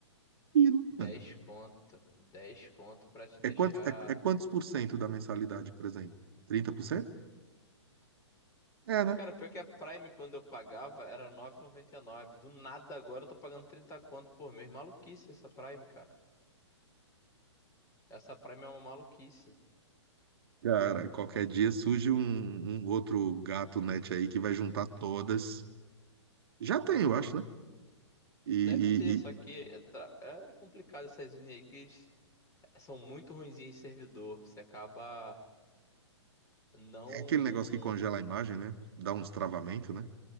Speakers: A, on the right; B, on the left.
A: e,
B: dez
A: mano,
B: conto. dez conto pra te
A: é,
B: deixar.
A: quanto, é, é quantos por cento da mensalidade, por exemplo? trinta por cento É, né?
B: Cara, pior que a Prime, quando eu pagava, era nove e noventa e nove. Do nada agora eu tô pagando 30 conto por mês. Maluquice essa Prime, cara. Essa Prime é uma maluquice.
A: Cara, qualquer dia surge um, um outro gato net aí que vai juntar todas. Já tem, eu acho, né? E,
B: Deve
A: e-
B: ter,
A: e
B: só que é, tra- é complicado essas linhas aí que eles são muito ruinzinhas em servidor. Você acaba não.
A: é aquele negócio que congela a imagem, né? Dá uns travamentos, né?